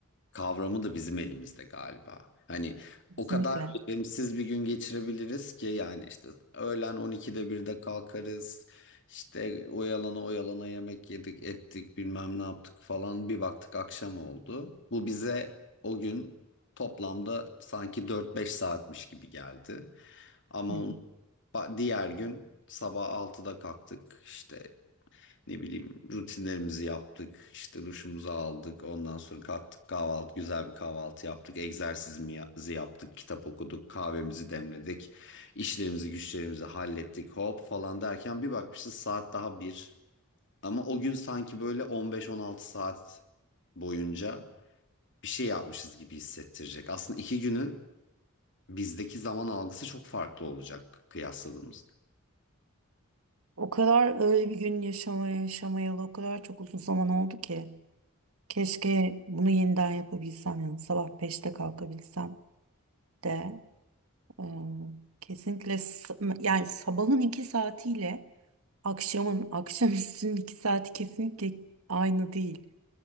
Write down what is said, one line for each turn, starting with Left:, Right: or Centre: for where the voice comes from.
Left: kavramı da bizim elimizde galiba. Hani
Right: Kesinlikle.
Left: o kadar Evet. verimsiz bir gün geçirebiliriz ki yani işte öğlen 12'de 1'de kalkarız. İşte oyalana oyalana yemek yedik ettik bilmem ne yaptık falan bir baktık akşam oldu. Bu bize o gün toplamda sanki 4-5 saatmiş gibi geldi. Ama
Right: Hı hı.
Left: onun Ba- Diğer gün sabah 6'da kalktık işte ne bileyim rutinlerimizi yaptık, işte duşumuzu aldık, ondan sonra kalktık kahvaltı, güzel bir kahvaltı yaptık, egzersizimizi yaptık, kitap okuduk, kahvemizi demledik, işlerimizi güçlerimizi hallettik hop falan derken bir bakmışız saat daha bir. Ama o gün sanki böyle 15-16 saat boyunca bir şey yapmışız gibi hissettirecek. Aslında iki günün bizdeki zaman algısı çok farklı olacak kıyasladığımızda.
Right: O kadar öyle bir gün yaşamaya yaşamayalı o kadar çok uzun zaman oldu ki. Keşke bunu yeniden yapabilsem yani sabah beşte kalkabilsem de Ee, Kesinlikle s- yani sabahın iki saatiyle akşamın <laughs> akşamüstünün iki saati kesinlikle aynı değil.